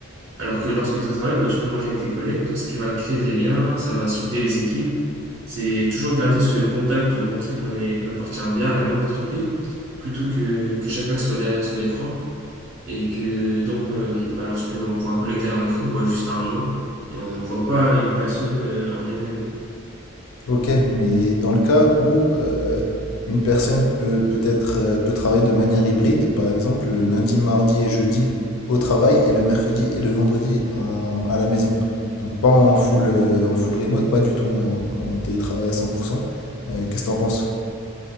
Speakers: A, on the right; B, on the left.
A: alors que lorsque tu es au travail bah tu peux manger avec tes collègues donc ce qui va créer des liens ça va souder les équipes c'est toujours garder ce contact montrer qu'on est qu'on appartient bien à la même entreprise plutôt que que chacun soit derrière son écran et que donc, euh, bah, lorsqu'on voit un collègue derrière un écran, on voit juste un nom et on ne voit pas une personne euh, en elle-même.
B: Ok, mais dans le cas où euh, une personne peut peut-être euh, peut travailler de manière hybride, par exemple le lundi, mardi et jeudi au travail et le mercredi et le vendredi en- à la maison. Donc pas en full, euh, en full remote, pas du tout en, en télétravail à 100%. Euh, qu'est-ce que t'en penses?